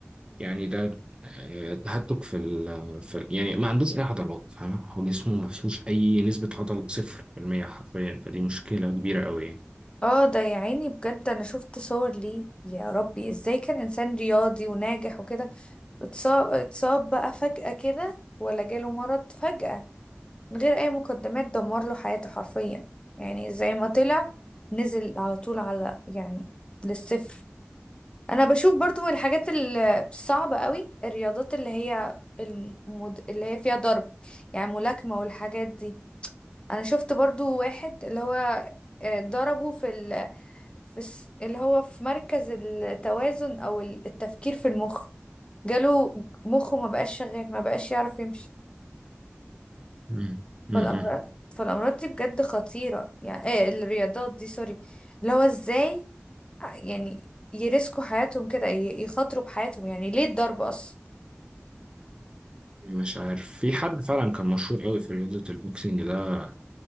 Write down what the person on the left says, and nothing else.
اه ده يا عيني بجد أنا شفت صور ليه يا ربي إزاي كان إنسان رياضي وناجح وكده اتصاب اتصاب بقى فجأة كده ولا جاله مرض فجأة من غير أي مقدمات دمر له حياته حرفيا يعني زي ما طلع نزل على طول على يعني للصفر انا بشوف برضو الحاجات ال- الصعبة قوي الرياضات اللي هي المد... اللي هي فيها ضرب يعني ملاكمة والحاجات دي انا شفت برضو واحد اللي هو آه، ضربه في ال... في الس- اللي هو في مركز التوازن او ال- التفكير في المخ جاله مخه ما بقاش شغال ما بقاش يعرف يمشي
فالأمراض فالأمراض دي بجد خطيرة يعني ايه الرياضات دي سوري اللي هو ازاي آه، يعني يرسكوا حياتهم كده ي- يخاطروا بحياتهم يعني ليه الضرب أصلا